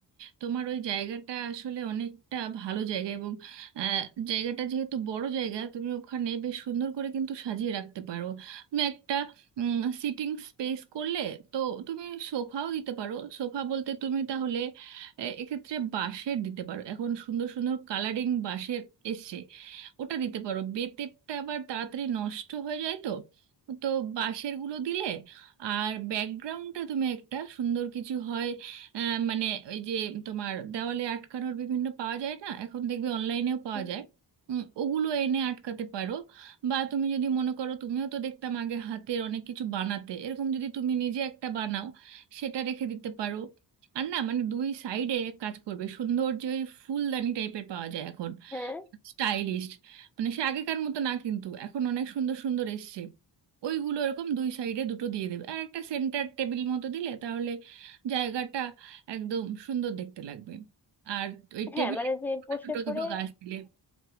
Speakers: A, on the right; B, in the centre.
A: তোমার ওই জায়গাটা আসলে অনেকটা ভালো জায়গা এবং আহ, জায়গাটা যেহেতু বড় জায়গা তুমি ওখানে বেশ সুন্দর করে কিন্তু সাজিয়ে রাখতে পারো তুমি একটা সিটিং স্পেস করলে তো তুমি সোফাও দিতে পারো সোফা বলতে তুমি তাহলে আহ, এক্ষেত্রে বাঁশের দিতে পারো এখন সুন্দর সুন্দর কালারিং বাঁশের এসছে ওটা দিতে পারো বেতেরটা আবার তাড়াতাড়ি নষ্ট হয়ে যায় তো তো বাঁশের গুলো দিলে আর ব্যাকগ্রাউন্ডটা তুমি একটা সুন্দর কিছু হয় আহ, মানে ওই যে তোমার দেওয়ালে আটকানোর বিভিন্ন পাওয়া যায় না এখন দেখবে অনলাইনেও পাওয়া
B: উম,
A: যায় উম, ওগুলো এনে আটকাতে পারো বা তুমি যদি মনে করো তুমিও তো দেখতাম আগে হাতের অনেক কিছু বানাতে এরকম যদি তুমি নিজে একটা বানাও সেটা রেখে দিতে পারো আর না মানে দুই সাইডে কাজ করবে সুন্দর যে ওই ফুলদানি টাইপের পাওয়া যায় এখন
B: হ্যাঁ
A: স্টাইলিশড মানে সে আগেকার মতো না কিন্তু এখন অনেক সুন্দর সুন্দর এসছে ওইগুলো এরকম দুই সাইডে দুটো দিয়ে দেবে আর একটা সেন্টার টেবিল মতো দিলে তাহলে জায়গাটা একদম সুন্দর দেখতে লাগবে আর ওই
B: হ্যাঁ
A: টেবিলে
B: মানে যে বসে
A: দুটো
B: পড়ে
A: দুটো গাছ দিলে